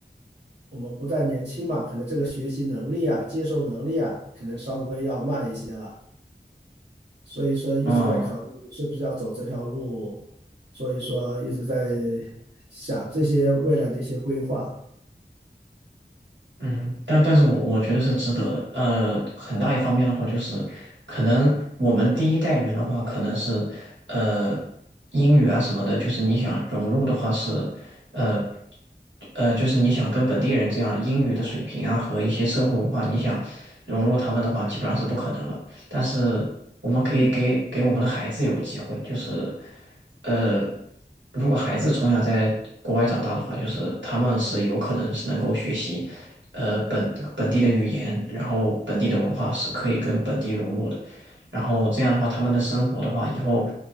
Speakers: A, on the right (about 65°); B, on the right (about 80°).
A: 我们不再年轻嘛，可能这个学习能力啊、接受能力啊，可能稍微要慢一些了。所以说一直在考虑是不是要走这条路，
B: 嗯。
A: 所以说一直在想这些未来的一些规划。
B: 嗯，但但是我我觉得是值得的。呃，很大一方面的话，就是可能我们第一代人的话，可能是呃英语啊什么的，就是你想融入的话是呃呃，就是你想跟本地人这样英语的水平啊和一些社会文化，你想融入他们的话，基本上是不可能了。但是我们可以给给我们的孩子有个机会，
A: 嗯，
B: 就是呃，如果孩子从小在国外长大的话，就是他们是有可能是能够学习。呃本本地的语言，然后本地的文化是可以跟本地融入的。然后这样的话，他们的生活的话，以后，